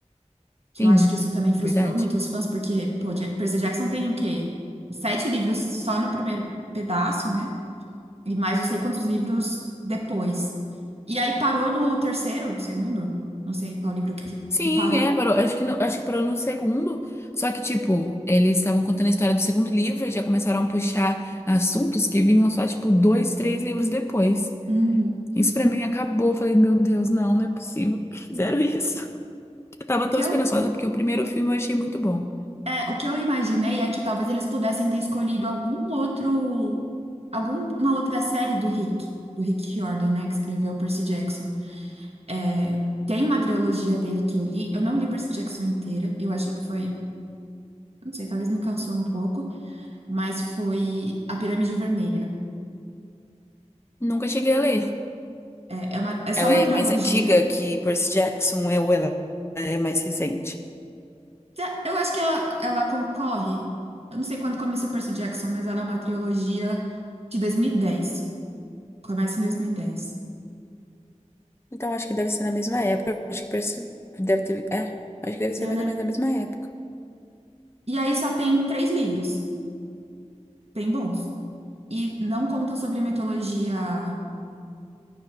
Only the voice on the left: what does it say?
Sim,
verdade.
Sim,
é, parou. Acho que, no- acho que parou no segundo. Só que, tipo, eles estavam contando a história do segundo livro e já começaram a puxar assuntos que vinham só, tipo, dois, três livros depois.
Isso pra mim acabou. Eu Falei, meu Deus, não, não é possível que fizeram isso. <laughs> Eu tava
tão
esperançosa porque o primeiro filme eu achei muito bom.
Nunca cheguei a ler.
Ela
é
mais antiga que Percy Jackson é ou ela é mais recente?
Então acho que deve ser na mesma época. Acho que Percy deve ter. É, acho que deve ser
mais
ou menos na mesma época.